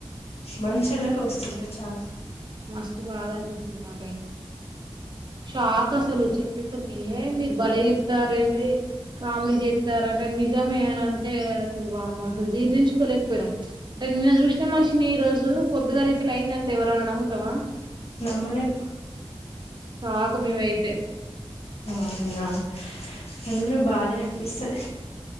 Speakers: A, on the left (about 70°); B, on the right (about 45°).
A: మంచోళ్ళకే వస్తోంది చావు
B: మస్తు బాధ అనిపించింది మాకైతే షాక్ అసలు చెప్పేసరికి ఏ మీరు బలే చెబుతారేంది కామెడీ జేస్తారు అంటే నిజమే అని అంటే అసలు వామ్మో అసలు జీర్ణించుకోలేకపోయినం నిన్న చూసిన మనిషిని ఈ రోజు పొద్దుగల ఇట్లా అయిందంటే ఎవరమన్న నమ్ముతమా
A: నమ్మలేం
B: షాక్ మేమైతే
A: అవునా <unintelligible> కూడా బాధే అనిపిస్తది